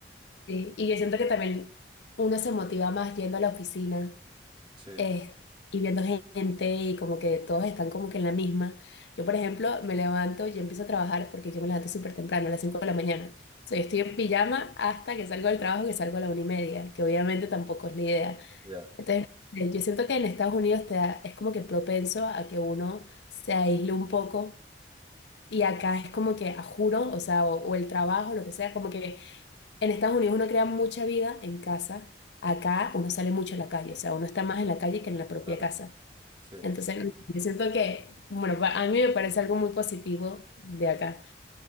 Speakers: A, on the left; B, on the right.
A: Sí, Y yo siento que también uno se motiva más yendo a la oficina
B: Sí,
A: eh, y viendo gente y como que todos están como que en la misma. Yo, por ejemplo, me levanto y empiezo a trabajar porque yo me levanto súper temprano, a las 5 de la mañana. O sea, yo estoy en pijama hasta que salgo del trabajo, que salgo a la una y media, que obviamente tampoco es la idea.
B: ya,
A: Entonces, eh, yo siento que en Estados Unidos te da- es como que propenso a que uno se aísle un poco. Y acá es como que, a juro, o sea, o, o el trabajo, lo que sea, como que en Estados Unidos uno crea mucha vida en casa, acá uno sale mucho a la calle, o sea, uno está más en la calle que en la propia
B: claro,
A: casa.
B: sí.
A: Entonces, yo siento que, bueno, pa- a mí me parece algo muy positivo de acá,